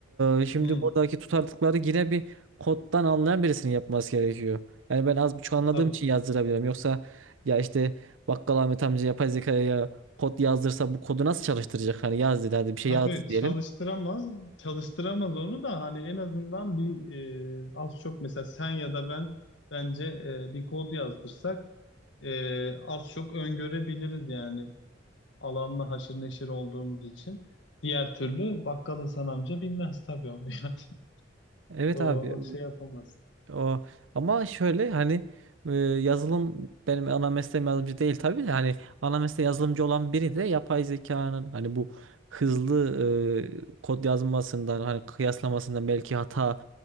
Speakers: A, on the right (about 85°); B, on the left (about 65°).
A: e, şimdi
B: hmm,
A: buradaki tutarlılıkları yine bir koddan anlayan birisinin yapması gerekiyor. Yani ben az buçuk anladığım
B: tabii
A: için yazdırabilirim. Yoksa ya işte bakkal Ahmet amca yapay zekaya kod yazdırsa bu kodu nasıl çalıştıracak? Hani yaz dedi hadi bir şey
B: tabii
A: yaz
B: çalıştıramaz
A: diyelim.
B: çalıştıramaz onu da hani en azından bir e, az çok mesela sen ya da ben bence e, bir kod yazdırsak e, az çok öngörebiliriz yani alanla haşır neşir olduğumuz için diğer türlü bakkal Hasan amca bilmez tabii onu yani. <laughs>
A: Evet
B: O,
A: abi
B: o şey yapamaz.
A: o ama şöyle hani e, yazılım benim ana mesleğim yazılımcı değil tabii de hani ana mesleği yazılımcı olan biri de yapay zekanın hani bu hızlı e, kod yazmasından hani kıyaslamasından belki hatayı